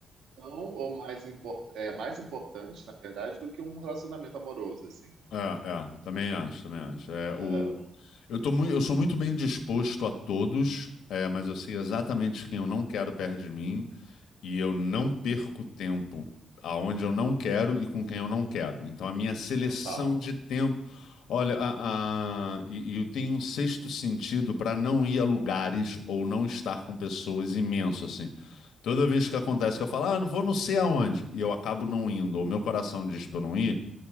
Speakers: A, on the right; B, on the left.
A: tão ou mais, import é, mais importante, na verdade, do que um relacionamento amoroso, assim.
B: é, é, também acho, também acho. É,
A: É,
B: o, eu tô mui- eu sou muito bem disposto a todos, é, mas eu sei exatamente quem eu não quero perto de mim. e eu não perco tempo aonde eu não quero e com
A: hum,
B: quem eu não quero. Então a minha seleção
A: total.
B: de tempo, olha, a, a- e, e eu tenho um sexto sentido para não ir a lugares ou não estar com pessoas imenso assim. Toda vez que acontece que eu falo, ah, não vou não sei aonde, e eu acabo não indo, ou meu coração diz para eu não ir,